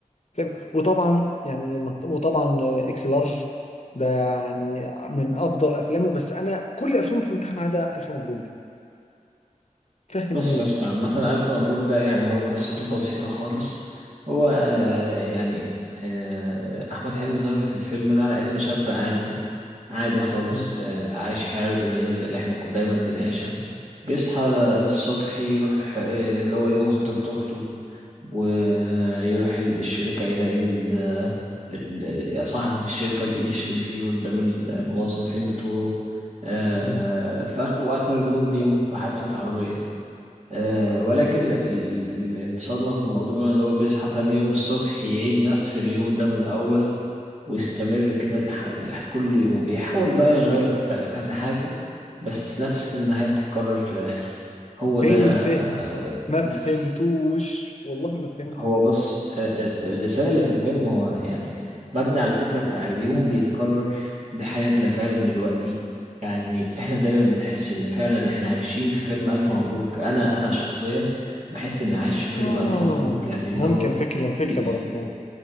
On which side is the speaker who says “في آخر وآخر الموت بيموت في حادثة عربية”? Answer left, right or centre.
Right